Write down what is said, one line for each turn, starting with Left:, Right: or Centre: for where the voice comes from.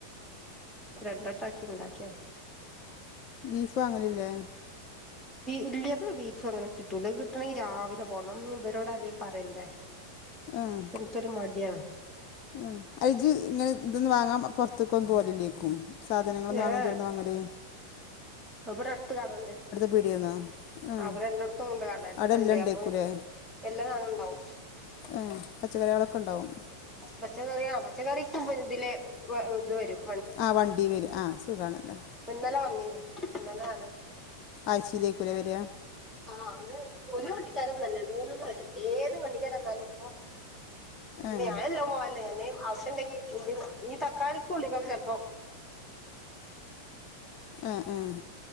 Centre: രണ്ടട്ടാക്കി ഇണ്ടാക്കിയാ
Left: ബീഫ് വാങ്ങലില്ലേ?
Centre: ഇല്ല ഇവിടെ ബീഫങ്ങനെ കിട്ടൂല്ല കിട്ടണെങ്കി രാവിലെ പോണം ഇവരോട് അരേം പറയണ്ടേ?
Left: ആഹ്
Centre: എനിക്കൊരു മടിയാണ്
Left: ആ അയ് ഇജ്ജ് ഇങ്ങനെ ഇന്തൊന്ന് വാങ്ങാൻ പൊറത്തേക്കൊന്നും പോവലില്ലേ? സാധനങ്ങളൊന്ന്
Centre: ഏ
Left: വാങ്ങിചെടുതുനു വാങ്ങലെ
Centre: ഇവിടെ അട്ത്ത് കടണ്ട്
Left: പീടിയേന്നോ ആഹ്
Centre: അവടെ രണ്ടോട്ത്തുണ്ട് കട അടുത്തുണ്ട്
Left: അവിടെ എല്ലാം ഉണ്ടേക്കൂലേ
Centre: അപ്പൊ എല്ലാ സാനുണ്ടാവും
Left: ഏഹ് പച്ചക്കറിയളൊക്കെണ്ടാവും
Centre: പച്ചക്കറിയ പച്ചക്കറിക്ക് ഇതില് ഇത് വരും
Left: ആഹ് വണ്ടി വരും ആഹ് സുഖാണല്ലോ
Centre: പ്പന്നലെ വന്നീനി ന്നല <unintelligible>
Left: ആയിച്ചേലെക്കൂലെ വരാ
Centre: ആഹ് അ ഒരു വണ്ടിക്കാരൊന്നല്ലേ മൂന്നണ്ണം വരും ഏത് വണ്ടിക്കാര വന്നാലും
Left: ഏഹ്
Centre: ഞാനല്ലാ പോവലേ ന്തേം ആവശ്യണ്ടങ്കി ഈ ഈ തക്കാളിക്ക് ഉള്ളിക്കൊക്കെ ചെൽപ്പോ
Left: ആഹ് ആഹ്